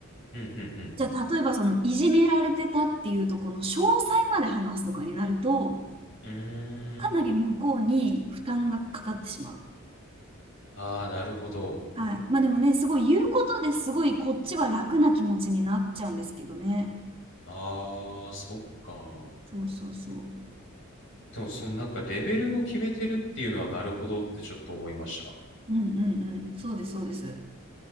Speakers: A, on the left (about 65°); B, on the right (about 25°).
A: うんうんうんうん。
B: じゃあ、例えば、その、いじめられてたっていうところの詳細まで話すとかになると、
A: うーん。
B: かなり向こうに負担がかかってしまう。
A: ああ、なるほど。
B: はい。まあ、でもね、すごい言うことですごい、こっちは楽な気持ちになっちゃうんですけどね。
A: ああ、そっか。
B: そうそうそ
A: でも、そのなんかレベルを決めてるっていうのはなるほどってちょっと思いました。
B: う。うんうんうん。そうです、そうです。